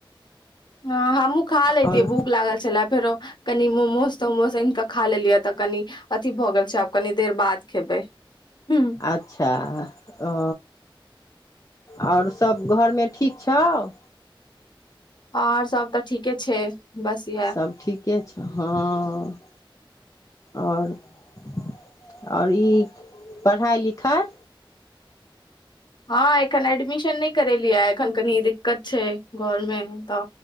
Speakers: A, on the left; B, on the left.
A: हँ हमहूँ खा लैतियै
B: आओर
A: भूख लागल छलै, फेरो कनी मोमोज तोमोज आनि कऽ खा लेलियै तऽ, कनी अथी भ‌ गेल छै, त आब कनी देर बाद खेबै हूँ
B: अच्छा ओ और सब घरमे ठीक छौउ।
A: आऔर सब त ठीके छै। बस इएह
B: सभ ठीके छ, हँ। और -और ई पढ़ाई लिखाई
A: हा ऐखन एडमिशन ने करे लिये एऐखन कनि दिक्कत छे, घरमे त